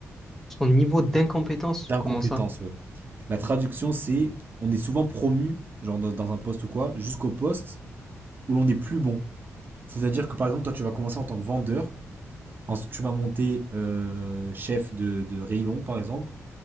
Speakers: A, in the centre; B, on the right (about 40°).
A: Son niveau d'incompétence.
B: D'incompétence,
A: Comment ça?
B: ouais. La traduction, c'est on est souvent promu, genre dans dans un poste ou quoi, jusqu'au poste où l'on est plus bon. C'est-à-dire que par exemple, toi, tu vas commencer en tant que vendeur, ensuite tu vas monter euh, chef de, de rayon, par exemple,